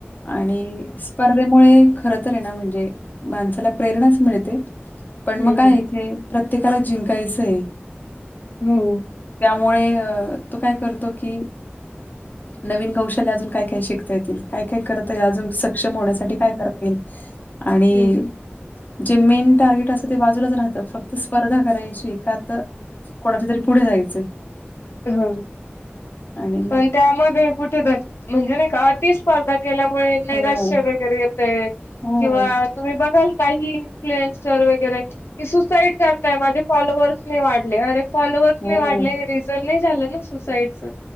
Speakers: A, on the left; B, on the left.
A: आणि स्पर्धेमुळे खर तर ये म्हणजे माणसाला प्रेरणाच मिळते
B: हम्म
A: पण मग काय इथे प्रत्येकाला जिंकायचंय
B: हो
A: त्यामुळे तो काय करतो की नवीन कौशल्य अजून काय काय शिकता येतील काय काय करता येईल अजून सक्षम होण्यासाठी काय करता येईल आणि
B: हम्म
A: जे मेन टार्गेट असतं ते बाजूलाच राहतं फक्त स्पर्धा करायची का तर कोणात तरी पुढे जायचं
B: ह
A: आणि मग
B: पण त्यामध्येग कुठेेत म्हणजे नाही का अति स्पर्धा केल्यामुळे नैराश्य
A: हो,
B: वगैरे येतय
A: हो,
B: किंवा तुम्ही बघाल काही इन्फ्लुएनसर वगैरे सुसाईड करताय माझे फॉलोअर्सने वाढले अरे फॉलोअर्
A: हो.
B: नाही वाढले रिझल नाही झालं ना सुसाइडच